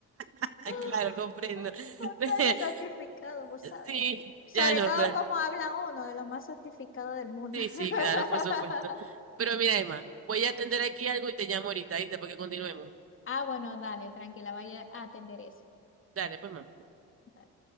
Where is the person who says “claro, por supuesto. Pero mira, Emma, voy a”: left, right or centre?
Right